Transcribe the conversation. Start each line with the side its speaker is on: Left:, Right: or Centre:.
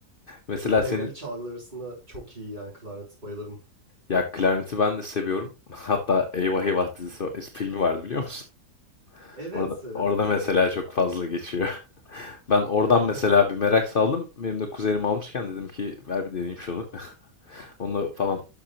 Left: Mesela
Right: Üflemeli
Left: senin,
Right: çalgılar arasında çok iyi yani klarnet bayılırım.
Left: ya klarneti ben de seviyorum. <laughs> Hatta Eyvah Eyvah dizisi e, filmi vardı biliyor musun?
Right: Evet,
Left: Orada,
Right: evet
Left: orada
Right: hatırlıyorum.
Left: mesela çok fazla geçiyor. <laughs> Ben oradan
Right: <laughs>
Left: mesela bir merak saldım. Benim de kuzenim almışken dedim ki ver bir deneyeyim şunu. <laughs> Onunla falan